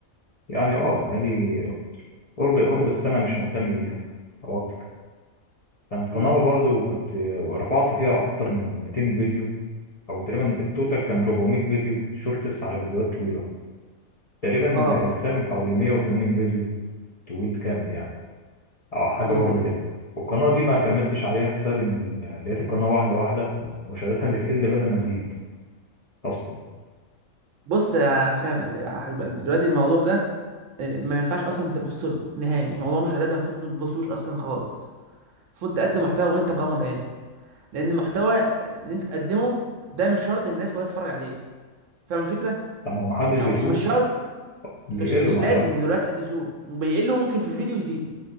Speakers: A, on the left; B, on the right.
A: يعني اه بقالي قرب قرب السنة مش مهتم بيها او اكتر كان قناة
B: امم
A: برضو كنت رفعت فيها اكتر من 200 فيديو او تقريبا التوتال كان 400 فيديو شورتس على فيديوهات طويلة تقريبا
B: اه
A: ال- الخام حوالي 180 فيديو طويل كامل يعني او حاجة
B: امم
A: قرب كده والقناة دي ما كملتش عليها بسبب ان ال- لقيت القناة واحدة واحدة مشاهداتها بتقل بدل ما تزيد اصلا
B: بص يا عشان يا حبيب قلبي دلوقتي الموضوع ده آه، ما ينفعش اصلا تبص له نهائي موضوع مشاهدات ده المفروض ما تبصوش اصلا خالص المفروض تقدم محتوى وانت مغمض عينك لان المحتوى اللي انت تقدمه ده مش شرط الناس كلها تتفرج عليه فاهم الفكره
A: طب ما هو محدش بيشوف
B: او مش شرط
A: بيقلوا
B: مش مش
A: مع
B: لازم
A: الوقت
B: دلوقتي حد يشوف وبيقله ممكن في فيديو يزيده